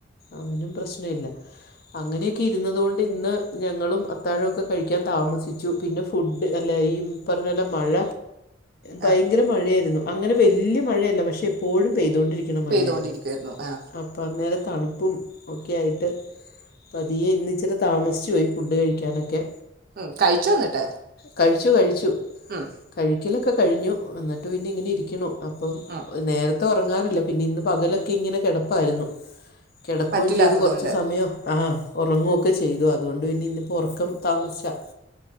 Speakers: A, on the left (about 50°); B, on the right (about 50°).
A: അവനും പ്രശ്നല്ല അങ്ങനെ ക്കി ഇരുന്നതുകൊണ്ട് ഇന്ന് ഞങ്ങളും അത്താഴൊക്കെ കഴിക്കാൻ താമസിച്ചു പിന്നെ ഫുഡ് അല്ല ഈ പറഞ്ഞോലെ മഴ ഭയങ്കര
B: ആ
A: മഴായിരുന്നു അങ്ങനെ വല്യ മഴയല്ല പക്ഷെ എപ്പോഴും പെയ്തൊണ്ടിരിക് രിക്കണ മഴയാരുന്നു
B: പെയ്തുകൊണ്ടിരിക്കുമായിരുന്നു ആ
A: അപ്പം അന്നേരം തണുപ്പും ഒക്കെ ആയിട്ട് പതിയെ ഇന്ന് ഇച്ചിരി താമസിച്ച് പോയി ഫുഡ് കഴിക്കാനൊക്കെ
B: ഉം കഴിച്ചോ എന്നിട്ട്
A: കഴിച്ചു കഴിച്ചു
B: ഉം,
A: കഴിക്കലൊക്കെ കഴിഞ്ഞു എന്നിട്ട് പിന്നെ ഇങ്ങനെ ഇരിക്ക്ണു അപ്പം
B: ഉം.
A: നേരത്തെ ഉറങ്ങാറില്ല പിന്നെ ഇന്ന് പകലൊക്കെ ഇങ്ങനെ കിടപ്പായിരുന്നു കിടക്കുവേം
B: പറ്റില്ലാത്തതുകൊണ്ട്
A: ചെയ്തു കുറച്ച് സമയം ആഹ് ഒറങ്ങുവൊക്കെ ചെയ്തു അതുകൊണ്ട് ന്നി ഇന്നിപ്പോ ഉറക്കം താമസാ